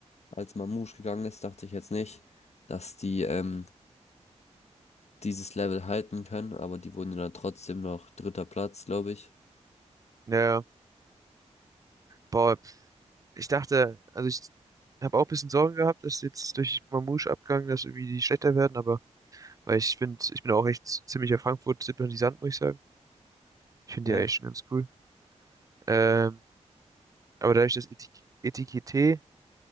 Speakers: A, on the left; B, on the right.
A: als Mamouche gegangen ist, dachte ich jetzt nicht, dass die ähm, dieses Level halten können, aber die wurden ja dann trotzdem noch dritter Platz, glaube ich.
B: Naja, boah, ich dachte, also ich habe auch ein bisschen Sorgen gehabt, dass jetzt durch Mamouche Abgang, dass irgendwie die schlechter werden, aber weil ich finde, ich bin auch echt ziemlicher Frankfurt-Sympathisant, muss ich sagen. Ich finde
A: Ja.
B: die eigentlich schon ganz cool. Ähm, aber dadurch, dass Etik Etikette